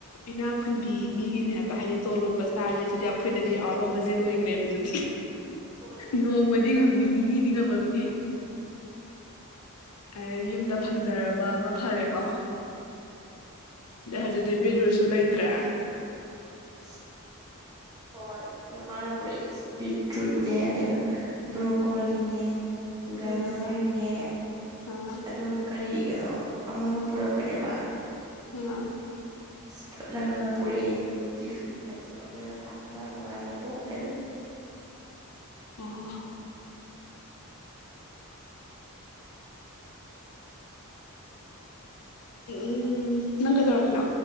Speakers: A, on the left; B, on the right.
A: ꯏꯅꯥ ꯈꯨꯟꯕꯤ ꯃꯤꯒꯤꯅꯦ ꯍꯥꯏꯕ ꯍꯥꯏꯗꯤ ꯇꯣꯂꯣꯞꯄ ꯆꯥꯕ ꯑꯗꯨꯗꯤ ꯑꯩꯈꯣꯏꯗꯗꯤ ꯑꯥꯎꯠ ꯑꯣꯐ ꯕꯖꯦꯠ ꯑꯣꯏꯈ꯭ꯔꯦꯕ ꯑꯗꯨꯗꯤ
B: ꯍꯣꯏ ꯑꯗꯨꯗꯤ
A: ꯅꯣꯡꯃꯗꯤ ꯉꯝꯅꯤ ꯅꯤꯅꯤꯗꯤ ꯉꯝꯃꯝꯅꯤ ꯑꯩ ꯌꯨꯝꯗ ꯐꯪꯖꯔꯕ ꯑꯃ ꯐꯔꯦꯀꯣ ꯗꯦꯍꯖꯗꯤ ꯕꯤꯔꯨꯁꯨ ꯂꯩꯇ꯭ꯔꯦ
B: <unintelligible> ꯍꯣꯏ ꯃꯔ ꯄꯨꯔꯛꯏ ꯕꯤꯗ꯭ꯔꯨꯠꯅꯦ ꯑꯗꯨꯒ ꯕ꯭ꯔꯣꯀꯣꯂꯤꯅꯦ
A: ꯑꯥ
B: ꯒꯖꯔꯅꯦ
A: ꯑꯥ
B: ꯑꯗꯨꯒ ꯀꯔꯤ ꯀꯗꯣ ꯑꯃꯒ ꯄꯨꯔꯛꯄꯅꯦꯕ
A: ꯎꯝ
B: <unintelligible> ꯀ ꯄꯨꯨꯔꯦ ꯇꯤꯐꯤꯟ ꯐꯖꯕꯂꯒ ꯍꯥꯞꯄꯒ ꯅꯨꯡꯉꯥꯏꯔꯒ ꯇꯣꯛꯈ꯭ꯔꯦ ꯑꯗꯨ
A: ꯑꯣ ꯎ ꯎꯝ ꯅꯪꯒꯥꯏꯗꯧꯃꯤꯅꯥ